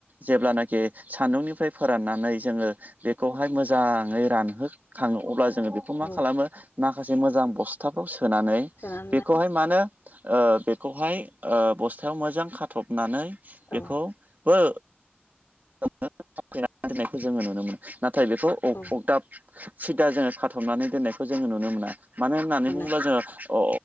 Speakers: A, on the right; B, on the left.
A: जेब्लानाखि सान्दुंनिफ्राय फोराननानै जोङो बेखौहाय मोजाङै रानहोखाङो अब्ला जोङो बे खौ मा
B: औ
A: खालामो माखासे मोजां बस्थाफ्राव सोनानै
B: सोनानै
A: बेखौहाय मानो ओ बेखौहाय ओ बस्थायाव मोजां खाथ'बनानै बेखौबो
B: औ
A: <unintelligible> नायखौ जोङो नुनो मोनो नाथाय बेखौ
B: औ
A: अगदाब सिदा जोङो खाथबनानै दोननायखौ जोङो नुनो मोना मानो होननानै
B: मोना
A: बुङोब्ला जोङो अ